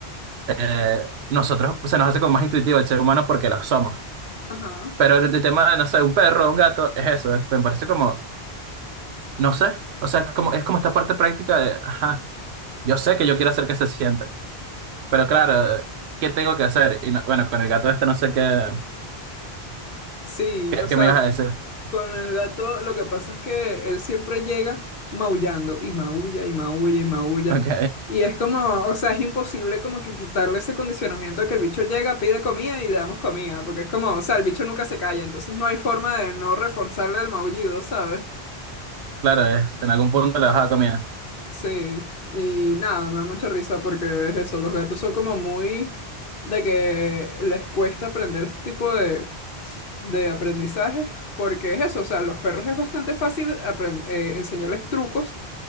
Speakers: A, on the right; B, on the left.
A: eh, nosotros se nos hace como más intuitivo el ser humano porque lo somos,
B: ajá.
A: pero el, el tema de, no sé, un perro, un gato, es eso, es, me parece como, no sé, o sea, es como, es como esta parte práctica de, ajá, yo sé que yo quiero hacer que se sienta Pero claro, ¿qué tengo que hacer? Y no- bueno, con el gato este no sé qué,
B: Sí,
A: qué,
B: o sea,
A: qué me ibas a decir. <laughs>
B: Con el gato, lo que pasa es que él siempre llega maullando y maulla y maulla y maulla.
A: Ok,
B: Y es como, o sea, es imposible como que quitarle ese condicionamiento de que el bicho llega, pide comida y le damos comida, porque es como, o sea, el bicho nunca se calla, entonces no hay forma de no reforzarle el maullido, ¿sabes?
A: claro, es, en algún punto le vas a dar comida.
B: Sí, y nada, me da mucha risa porque es eso, los gatos son como muy de que les cuesta aprender este tipo de, de aprendizaje, porque es eso, o sea, a los perros es bastante fácil apren- eh, enseñarles trucos,